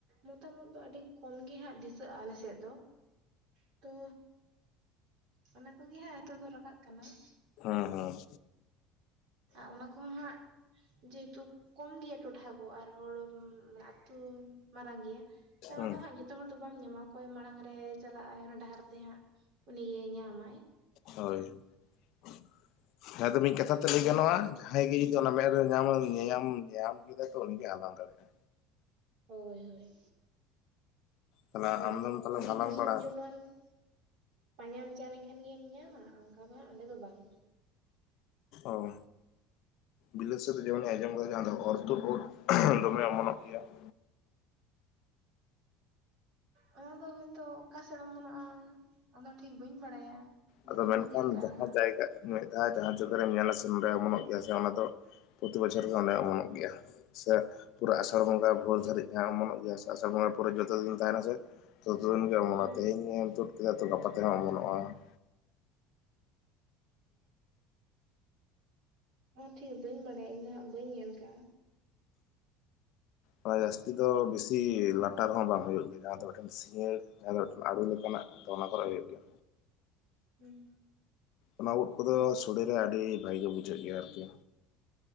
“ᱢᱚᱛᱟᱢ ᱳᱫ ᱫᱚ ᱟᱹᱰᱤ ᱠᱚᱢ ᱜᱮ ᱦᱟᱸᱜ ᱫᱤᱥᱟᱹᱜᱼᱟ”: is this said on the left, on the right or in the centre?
Right